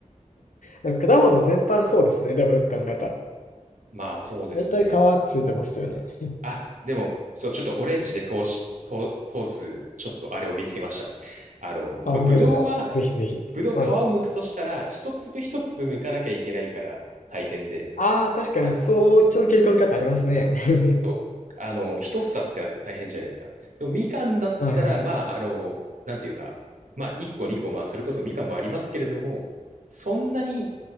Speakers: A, on the left (about 80°); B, on the right (about 75°).
A: でも果物全般そうですね。でもよく考えたら。
B: まあそうですね。
A: 大体皮ついてますよね。<laughs>
B: あ、でも、そう、ちょっとオレンジで通し、通通す、ちょっとあれを見つけました。あの、
A: あ、
B: まあ、
A: 本当ですか。
B: ぶどうは
A: ぜひぜひ。
B: ぶどう皮を剥くとしたら、
A: はい。
B: 一粒一粒剥かなきゃいけないから大変で、
A: ああ、確かに、
B: あの、
A: そっちの切り込み方ありますね。
B: で、そう、
A: <laughs>
B: あの、一房ってなったら大変じゃないですか。でもみかんだったら、
A: はいはい。
B: まあ、あの、なんていうか、まあ、一個二個、まあ、それこそみかんもありますけれども、そんなに、